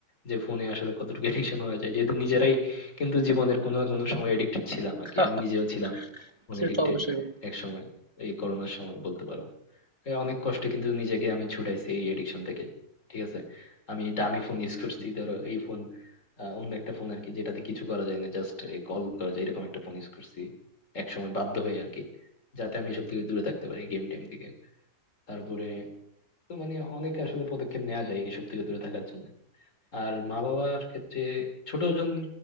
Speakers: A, on the left (about 50°); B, on the right (about 50°).
A: যে ফোনে আসলে কতটুকু এডিকশন হয়ে যায় যেহেতু নিজেরাই কিন্তু জীবনের কোনো না কোনো সময় এডিক্টেড ছিলাম আর কি
B: <laughs>
A: আমি নিজেও ছিলাম মানে
B: সে
A: এডিক্টেড
B: তো অবশ্যই বন্ধু
A: এক সময় এই করোনার সময় বলতে পারো এ অনেক কষ্টে কিন্তু নিজেকে আমি ছুটাইছি এই এডিকশন থেকে ঠিক আছে আমি দামি ফোন ইউজ করছি ধরো এই ফোন অন্য একটা ফোন আর কি যেটাতে কিছু করা যায় না জাস্ট কল করা যায় এরকম একটা ফোন ইউজ করছি এক সময় বাধ্য হয়ে আর কি যাতে আমি এসব থেকে দূরে থাকতে পারি গেম টেম থেকে তারপরে তো মানে অনেক আসলে পদক্ষেপ নেওয়া যায় এইসব থেকে দূরে থাকার জন্য আর মা বাবার ক্ষেত্রে ছোট জন